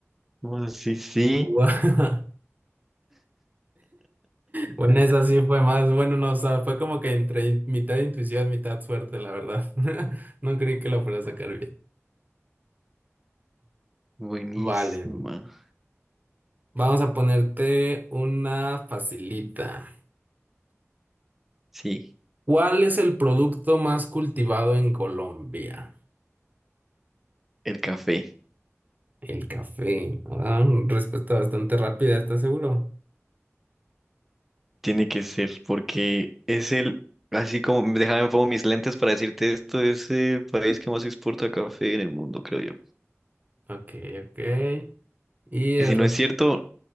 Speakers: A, in the centre; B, on the right.
A: Ah, sí, sí.
B: Guau. <laughs> Bueno, esa sí fue más, bueno, no, o sea, fue como que entre in- mitad intuición, mitad suerte, la verdad. <laughs> No creí que la fuera a sacar bien.
A: Buenísima.
B: Vale, vamos a ponerte una facilita.
A: Sí,
B: ¿Cuál es el producto más cultivado en Colombia?
A: el café.
B: El café. Ah, respuesta bastante rápida, ¿estás seguro?
A: Tiene que ser, porque es el, así como, déjame pongo mis lentes para decirte esto, es el país que más exporta café en el mundo, creo yo.
B: Ok, ok. Y el...
A: Y si no es cierto,